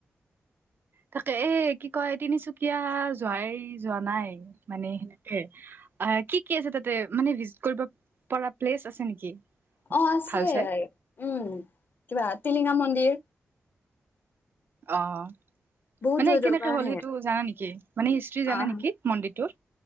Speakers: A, on the right; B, on the left.
A: তাকে এ কি কয় তিনিচুকীয়া যোৱাই যোৱা নাই মানে সেনেকে অ কি কি আছে তাতে মানে ভিজিট কৰিব পৰা প্লেচ আছে নেকি
B: অ আছে
A: ভাল চাই?
B: উম কিবা টিলিঙা মন্দিৰ
A: আহ
B: বহুত
A: মানে
B: দূৰ দূৰৰ
A: কেনেকে
B: পৰা
A: হ'ল
B: আহে
A: সেইটো জানা নেকি মানে হিষ্টি জানা
B: আহ
A: নেকি মন্দিৰটোৰ